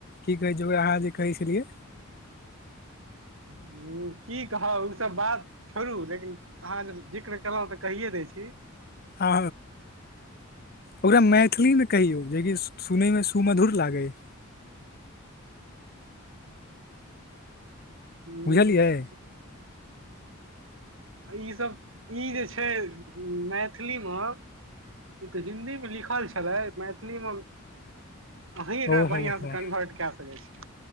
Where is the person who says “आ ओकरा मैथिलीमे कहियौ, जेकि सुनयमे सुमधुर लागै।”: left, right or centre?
Left